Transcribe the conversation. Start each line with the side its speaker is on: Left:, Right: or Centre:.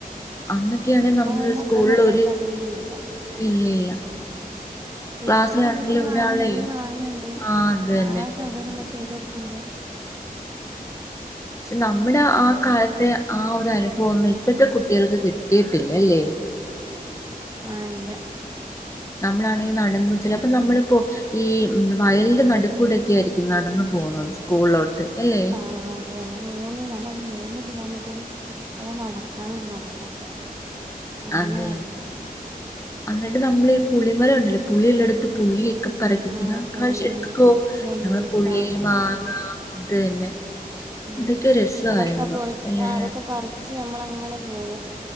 Left: അന്നൊക്കെയാണെ
Right: ഇപ്പോത്ത
Left: നമ്മള് സ്കൂളിൽ
Right: മക്കൾക്ക്
Left: ഒരു
Right: അതൊന്നുമല്ല
Left: ഇല്ല ഇല്ല ക്ലാസ്സിലാണെങ്കിലും
Right: ഇപ്പൊ അവർക്ക് വാഹനത്തിന്
Left: ഒരാളെ
Right: വാഹനംണ്ട്
Left: ആ അത്
Right: എല്ലാ
Left: തന്നെ
Right: സൗകര്യങ്ങളും ചെയ്തൊടുക്കണ്ട്
Left: പക്ഷെ നമ്മുടെ ആ കാലത്തെ ആ ഒരു അനുഭവം ഒന്നും ഇപ്പഴത്തെ കുട്ടികൾക്ക് കിട്ടിയിട്ടില്ലല്ലേ
Right: ആഇല്ല
Left: നമ്മളാണെങ്കി നടന്ന് ചിലപ്പോ നമ്മളിപ്പോ ഈ വയലിന്റെ നടുക്കൂടെൊക്കെ ആയിരിക്കും നടന്നു പോകുന്നത് സ്കൂളിലോട്ട് അല്ലെ
Right: ആഹ അെ അതെ നമ്മ മൂന്ന് ഞാൻ പറയാ മൂന്ന് കിലോമീറ്റർ ഉള്ള നടക്കാനുണ്ട് നമ്മുക്കൊക്കെ അങ്ങനെയായിരുന്നു
Left: അതെ അതെ എന്നിട്ട് നമ്മള് പുളിമര ഉണ്ടല്ലോ പുളിൽ എടുത്ത് പുളിക്ക പറക്കട്ട
Right: ആഹ് പുളി
Left: കഴിച്ച എടുക്കോ
Right: നെല്ലിക്ക
Left: ഞങ്ങള് പുള്ളി മാങ്ങ അത് തന്നെ
Right: ഉ
Left: അതൊക്കെ രസായിരുന്നു
Right: അതൊക്കെ
Left: അല്ലേ
Right: അതൊക്കെ പറിച്ച് നമ്മള അങ്ങനെ പോകും